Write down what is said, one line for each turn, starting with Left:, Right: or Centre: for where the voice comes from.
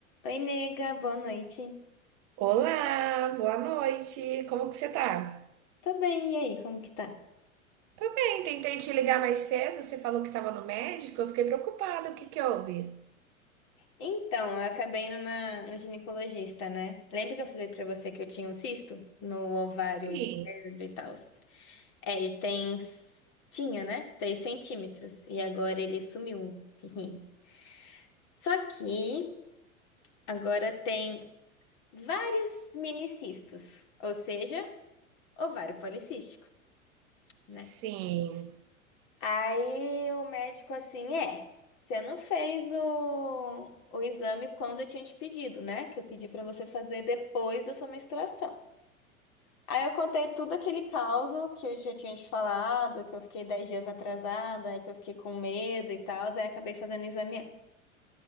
Left: Oi, nega, boa noite.
Right: Olá, boa noite. Como que você tá?
Left: Tô bem, e aí, como que tá?
Right: Bem, tentei te ligar mais cedo, você falou que estava no médico, eu fiquei preocupada. O que que houve?
Left: Então, eu acabei indo na, no ginecologista, né? Lembra que eu falei pra você que eu tinha um cisto no ovário
Right: Sim,
Left: esquerdo e tal? É, ele tem... s- Tinha, né? seis centímetros. E agora ele sumiu. <laughs> Só que agora tem vários minicistos, ou seja, ovário policístico. né?
Right: sim.
Left: Aí o médico assim, é, você não fez o, o exame quando eu tinha te pedido, né? Que eu pedi pra você fazer depois da sua menstruação. Aí eu contei tudo aquele caos que eu já tinha te falado, que eu fiquei 10 dias atrasada, aí que eu fiquei com medo e tal, aí acabei fazendo o exame antes.